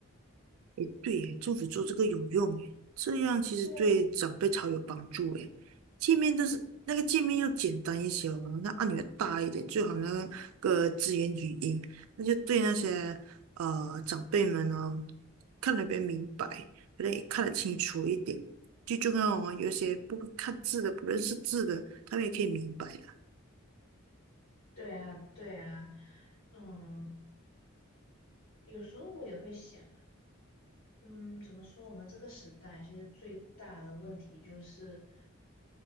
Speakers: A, on the right (about 80°); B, on the left (about 75°).
A: 诶，对耶，政府做这个有用耶，这样其实对长辈超有帮助诶。
B: 对呀，
A: 界面都是那个界面要简单一些哦，
B: 嗯，
A: 那按钮要大一点，最好那个支援语音，那就对那些呃长辈们哦，看得比较明白，有点也看得清楚一点。最重要哦，有些不会看字的、不认识字的，他们也可以明白的。
B: 对啊，对啊，嗯，有时候我也会想啊，嗯，怎么说？我们这个时代其实最大的问题就是。